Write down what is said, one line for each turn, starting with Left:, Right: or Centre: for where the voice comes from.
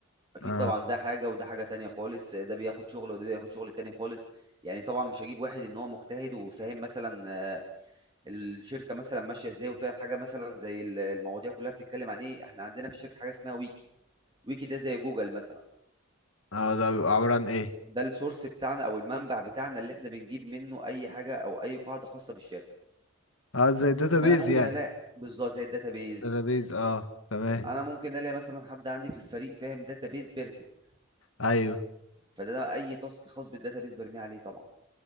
Right: أكيد
Left: اه
Right: طبعًا ده حاجة وده حاجة تانية خالص، ده بياخد شغل وده بياخد شغل تاني خالص، يعني طبعًا مش هاجيب واحد إن هو مجتهد وفاهم مثلًا آه، الشركة مثلًا ماشية إزاي وفاهم حاجة مثلًا زي ال المواضيع كلّها بتتكلّم عن إيه، إحنا عندنا في الشركة حاجة اسمها wiki ويكي ده زي جوجل مثلا
Left: اه ده بيبقى عبارة عن ايه
Right: ده السورس بتاعنا او المنبع بتاعنا اللي احنا بنجيب منه اي حاجه او اي قاعده خاصه بالشركه
Left: اه زي الداتابيز
Right: فانا ممكن
Left: يعني
Right: الاقي بالظبط زي الداتابيز
Left: داتابيز اه تمام
Right: انا ممكن الاقي مثلا حد عندي في الفريق فاهم داتابيز بيرفكت
Left: ايوه
Right: فده أنا اي تاسك خاص بالداتابيز برميه عليه طبعا